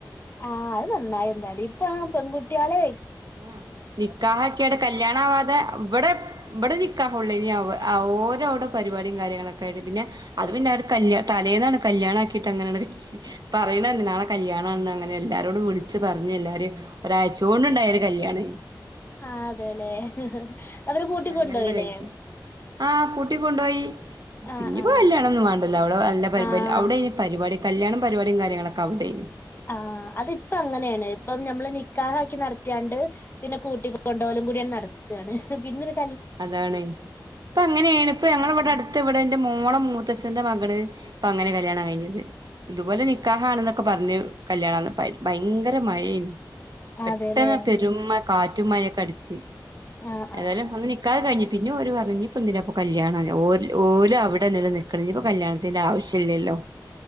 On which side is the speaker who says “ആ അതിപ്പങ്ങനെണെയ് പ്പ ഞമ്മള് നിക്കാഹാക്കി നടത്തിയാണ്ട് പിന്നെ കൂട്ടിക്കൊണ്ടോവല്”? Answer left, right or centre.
Left